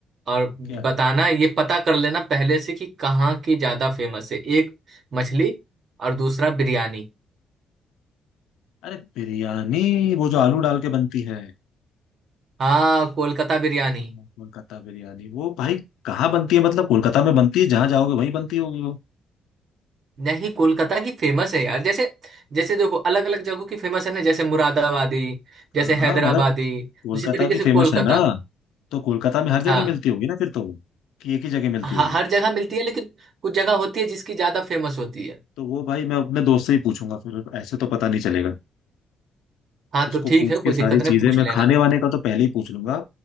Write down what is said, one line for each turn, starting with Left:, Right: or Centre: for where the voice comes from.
Right: और बताना
Left: क्या
Right: ये पता कर लेना पहले से कि कहाँ की ज्यादा फेमस है एक मछली और दूसरा बिरयानी
Left: अरे बिरयानी वो जो आलू डाल के बनती है
Right: हाँ कोलकाता बिरयानी
Left: हाँ, कोलकाता बिरयानी वो भाई कहाँ बनती है मतलब कोलकाता में बनती है जहां जाओगे वहीं बनती होगी वो
Right: नहीं कोलकाता की फेमस है यार जैसे जैसे देखो अलग अलग जगहों की फेमस है ना जैसे मुरादाबादी जैसे
Left: हाँ हाँ
Right: हैदराबादी
Left: मगर कोलकाता
Right: उसी तरीके
Left: की
Right: से
Left: फेमस
Right: कोलकाता
Left: है ना तो कोलकाता में हर जगह
Right: हाँ
Left: मिलती होगी ना फिर तो वो, कि एक ही जगह मिलती
Right: ह-
Left: होगी
Right: हर जगह मिलती है लेकिन कुछ जगह होती है जिसकी ज्यादा फेमस होती है
Left: तो वो भाई मैं अपने दोस्त से ही पूछूंगा फिर ऐसे तो पता नहीं चलेगा
Right: हाँ
Left: उसको
Right: तो ठीक
Left: पूछ
Right: है
Left: के
Right: कोई
Left: सारी
Right: दिक्कत नहीं
Left: चीजें
Right: पूछ
Left: मैं
Right: लेना
Left: खाने वाने का तो पहले ही पूछ लूंगा